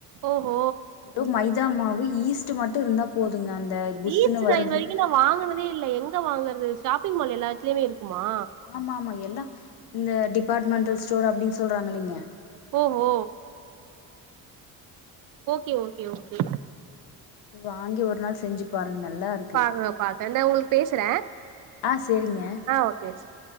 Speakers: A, on the right (about 55°); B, on the left (about 85°).
A: ஓ ஓ
B: வெறு மைதா மாவு ஈஸ்ட் மட்டு இருந்தா போதுங்க அந்த புஸ்ஸுன்னு
A: ஈஸ்ட் நா
B: வருது
A: இது வரைக்கு நா வாங்கினதே இல்ல எங்க வாங்கறது ஷாப்பிங் மால்ல எல்லா இடத்துலயுமே இருக்குமா
B: ஆமா ஆமா எல்லா இந்த டிபார்ட்மெண்டல் ஸ்டோர் அப்டின்னு சொல்றாங்கலிங்க
A: ஓஹோ ஓகே ஓகே ஓகே
B: வாங்கி ஒரு நாள் செஞ்சு பாருங்க நல்லாருக்கு
A: பாக்குற பாக்குற இந்தா உங்களுக்கு பேசுற
B: ஆ செரிங்க
A: ஆ ஓகே சொல்லு